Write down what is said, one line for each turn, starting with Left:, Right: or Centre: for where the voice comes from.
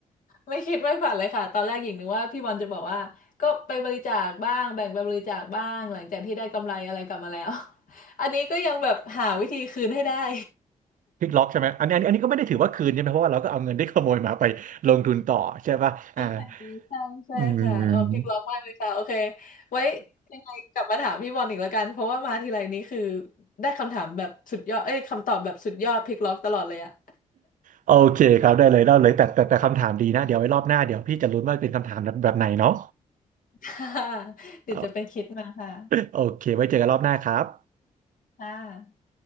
Left: ไม่คิดไม่ฝันเลยค่ะตอนแรกหญิงนึกว่าพี่บอลจะบอกว่าก็ไปบริจาคบ้างแบ่งไปบริจาคบ้างหลังจากที่ได้กำไรอะไรกลับมาแล้ว <laughs> อันนี้ก็ยังแบบหาวิธีคืนให้ได้
Right: พลิกล็อกใช่ไหมอันนี้อันนี้อันนี้ก็ไม่ได้ถือว่าคืนใช่ไหมเพราะว่าเราก็เอาเงินที่ขโมยมาไปลงทุนต่อใช่ป่ะอ่า
Left: <laughs> โอเคใช่ใช่ค่ะเออเพลงร้องมากเลยค่ะโอเค
Right: อืม
Left: ไว้ยังไงกลับมาถามพี่บอลอีกแล้วกันเพราะว่ามาทีไรนี้คือได้คำถามแบบสุดยอดเอ้ยคำตอบแบบสุดยอดพลิกล็อกตลอดเลยอะ
Right: โอเคครับได้เลยได้เลยแต่แต่แต่คำถามดีนะเดี๋ยวไว้รอบหน้าเดี๋ยวพี่จะลุ้นว่าเป็นคำถามแบบแบบไหนเนาะ
Left: ค่ะเดี๋ยวจะไปคิดมาค่ะ
Right: เออโอเคไว้เจอกันรอบหน้าครับ
Left: ค่ะ